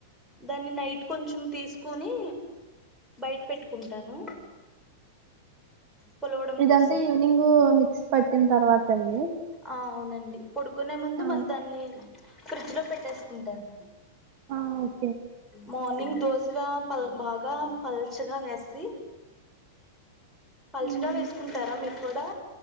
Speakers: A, in the centre; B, on the right.
A: దాన్ని నైట్ కొంచెం తీసుకుని బయట పెట్టుకుంటాను పులవడం
B: ఇదంతే
A: కోసం
B: ఈవినింగ్ మిక్స్ పట్టిన తర్వాత అండి
A: ఆ అవునండి పడుకునే ముందు
B: ఆ
A: మళ్ళీ దాన్ని ఫ్రిడ్జ్ లో పెట్టేసుకుంటాను
B: ఆవ్
A: మార్నింగ్ దోశ పల్ బాగా పల్చగా వేసి పలుచగా
B: అండి
A: వేసుకుంటారా మీరు కూడా